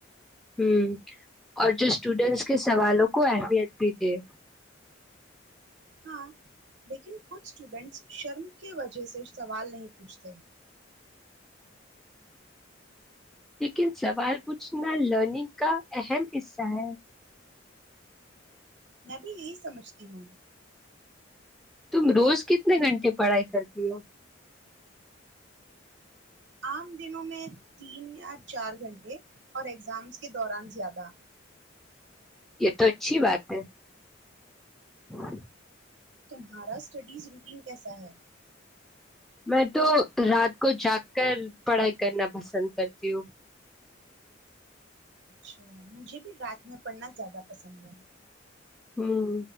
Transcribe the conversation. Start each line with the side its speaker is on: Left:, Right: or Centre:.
Centre: ہ اور جو اسٹوڈینٹس کے سوالوں کو اہمیت بھی دے
Right: ہاں لیکن کچھ اسٹوڈنٹس شرم کی وجہ سے سوال نہیں پوچھتے
Centre: لیکن سوال پوچھنا لرننگ کا اہم حصہ ہے
Right: میں بھی یہی سمجھتی ہوں
Centre: تم روز کتنے گھنٹے پڑھائی کرتی ہو
Right: عام دنوں میں تین یا چار گھنٹے اور ایگزامز کے دوران زیادہ
Centre: یہ تو اچھی بات ہے ہاں
Right: تمہاراس اسٹڈیز روٹین کیسا ہے
Centre: میں تو رات کو جاگ کر پڑھائی کرنا پسند کرتی ہوں
Right: اچھا مجھے بھی رات میں پڑھنا زیادہ پسند ہے
Centre: ہوں